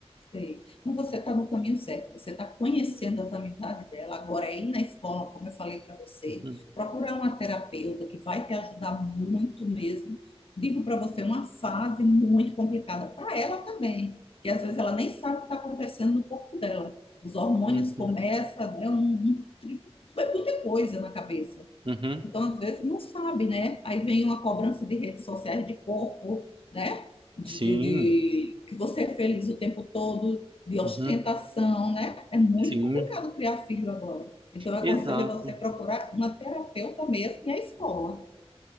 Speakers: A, on the left; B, on the right.
A: Sei. Mas você está no caminho certo, você está conhecendo as amizades dela. Agora, é ir na escola, como eu falei para você,
B: Uhum,
A: procurar uma terapeuta que vai te ajudar muito mesmo. Digo para você, uma fase muito complicada para ela também, que às vezes ela nem sabe o que está acontecendo no corpo dela. Os hormônios
B: uhum,
A: começam, né? Um, um, é muita coisa na cabeça.
B: uhum,
A: Então, às vezes, não sabe, né? Aí vem uma cobrança de redes sociais, de corpo, né? De,
B: sim,
A: de- de- que você é feliz o tempo todo, de ostentação,
B: uhum,
A: né? É muito
B: sim,
A: complicado criar filho agora. Então, eu aconselho
B: exato.
A: a você procurar uma terapeuta mesmo e a escola.